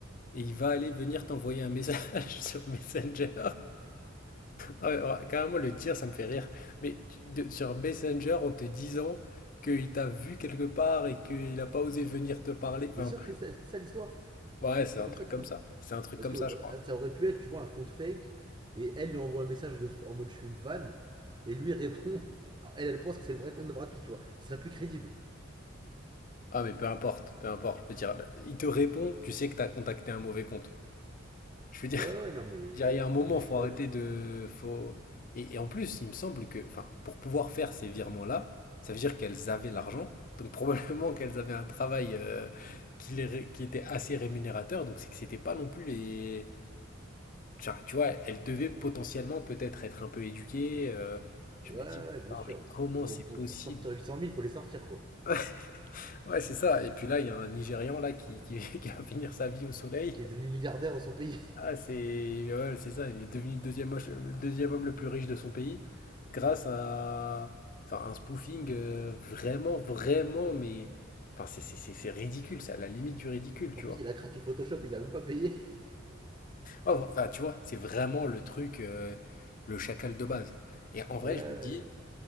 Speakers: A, on the left (about 45°); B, on the right (about 25°).
A: et il va aller venir t'envoyer un message <laughs> sur Messenger. Ah ouais, ouais, carrément, le dire, ça me fait rire. Mais tu- de- sur Messenger, en te disant qu'il t'a vu quelque part et qu'il n'a pas osé venir te parler. Enfin,
B: T'es sûr que c'est ça, c'était ça l'histoire
A: ouais, c'est
B: C'est
A: un
B: comme
A: truc
B: ça que
A: comme
B: ça.
A: ça. C'est un truc
B: Parce
A: comme
B: que
A: ça,
B: euh,
A: je crois.
B: ça aurait pu être, tu vois, un compte fake. Et elle lui envoie un message de, en mode je suis une fan. Et lui <laughs> répond. Alors, elle, elle pense que c'est le vrai compte de Brad Pitt, tu vois. Ce serait plus crédible.
A: Ah, mais peu importe, peu importe. Je veux dire, il te répond, tu sais que t'as contacté un mauvais compte. Je veux dire.
B: Ouais, ouais, non, mais,
A: Je dirais, il y a un moment,
B: mais je
A: faut
B: suis d'accord.
A: arrêter de. Faut... Et, et en plus, il me semble que, enfin, pour pouvoir faire ces virements-là, ça veut dire qu'elles avaient l'argent. Donc <laughs> probablement qu'elles avaient un travail euh, qui, les ré- qui était assez rémunérateur. Donc c'est que c'était pas non plus les. Genre, tu vois, elles devaient potentiellement peut-être être un peu éduquées. euh. Je
B: Ouais,
A: me dis,
B: ouais,
A: putain,
B: bien sûr.
A: mais comment
B: Pour,
A: c'est
B: pour,
A: possible?
B: pour sortir 800 000, il faut les sortir, quoi.
A: <laughs> Ouais, c'est ça. Et puis là, il y a un Nigérian là qui, qui, <laughs> qui va finir sa vie au soleil.
B: Qui est devenu milliardaire dans son pays.
A: Ah, c'est mais ouais, c'est ça, il est devenu le deuxième, moche- le deuxième homme le plus riche de son pays grâce à enfin, un spoofing euh, vraiment, vraiment, mais enfin, c'est c'est- c'est- c'est ridicule, c'est à la limite du ridicule, tu
B: En plus,
A: vois.
B: il a craqué Photoshop, il a même pas payé. <laughs>
A: Oh, Enfin, tu vois, c'est vraiment le truc, euh, le chacal de base. Et en vrai,
B: Ouais, ouais.
A: je me dis,